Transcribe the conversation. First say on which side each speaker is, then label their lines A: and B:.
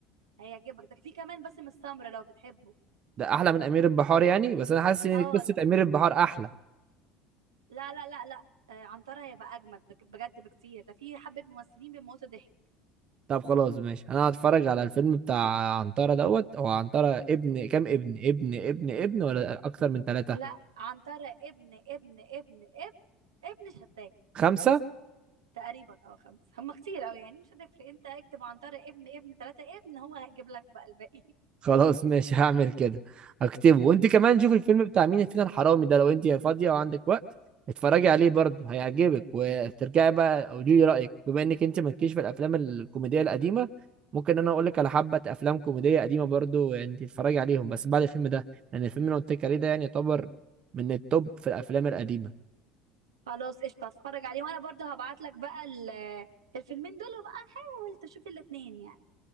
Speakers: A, on the right; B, on the right.
A: هيعجبك ده في كمان باسم السمرة لو بتحبه
B: ده احلى من امير البحار يعني بس انا حاسس ان
A: اه
B: قصه
A: لا
B: امير البحار احلى
A: لا لا لا لا آه، عنترة هيبقى أجمد بج- بجد بكتير ده في حبة ممثلين بيموتوا ضحك
B: طب خلاص ماشي انا هتفرج على الفيلم بتاع عنترة دوت هو عنترة ابن كام ابن ابن ابن ابن ولا اكتر من ثلاثة
A: لا عنترة ابن ابن ابن ابن ابن شداد
B: خمسة
A: تقريبا اه خمسة هم كتير أوي يعني مش هتفرق انت اكتب عنترة ابن ابن تلاتة ابن هو هيجيب لك بقى الباقي
B: خلاص ماشي <laughs> هعمل كده هكتبه
A: <laughs>
B: وانت
A: ماشي
B: كمان شوف الفيلم بتاع مين فينا الحرامي ده لو انت فاضية وعندك وقت اتفرجي عليه برضه هيعجبك وترجعي بقى قولي لي رأيك بما انك انت مالكيش في الافلام الكوميدية القديمة ممكن انا اقول لك على حبة افلام كوميدية قديمة برضه انت تتفرجي عليهم بس بعد الفيلم ده لان الفيلم اللي أنا قلت لك عليه ده يعني يعتبر من التوب في الافلام القديمة
A: خلاص قشطة هتفرج عليه وأنا برضه هبعت لك بقى ال- الفيلمين دول وبقى حاول تشوف الاتنين يعني